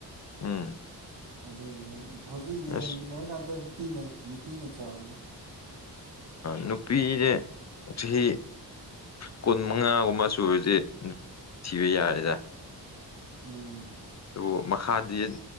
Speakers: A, on the left (about 40°); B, on the right (about 70°).
A: ꯎꯝ
B: ꯑꯗꯨꯅꯤꯅ ꯍꯧꯖꯤꯛ
A: ꯑꯁ
B: ꯌꯦꯡꯃꯤꯟꯅꯔꯀꯥꯟꯗ ꯅꯨꯄꯤꯅ ꯅꯨꯄꯤꯅ ꯆꯥꯎꯔꯅ
A: ꯅꯨꯄꯤꯗ ꯆꯍꯤ ꯀꯨꯟ ꯃꯉꯥꯒꯨꯝꯕ ꯁꯨꯔꯁ ꯊꯤꯕ ꯌꯥꯔꯦꯗ
B: ꯎꯝ
A: ꯑꯗꯨꯕꯨ ꯃꯈꯥꯗꯤ